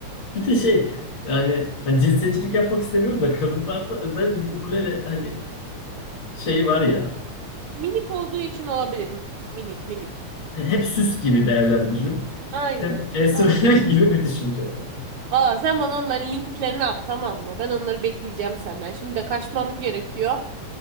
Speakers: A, on the left; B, on the right.
A: Bir de şey yani hani cinsiyetçilik yapmak istemiyorum da kadınlarda özellikle bir ukulele hani şeyi var ya.
B: Minik olduğu için olabilir. Minik minik.
A: Hani hep süs gibi değerlendiririm.
B: Aynen.
A: Hem enstrüman
B: Aynen.
A: <laughs> gibi bir düşünce. yani.
B: Aa, sen bana onların linklerini at tamam mı? Ben onları bekleyeceğim senden. Şimdi de kaçmam gerekiyor.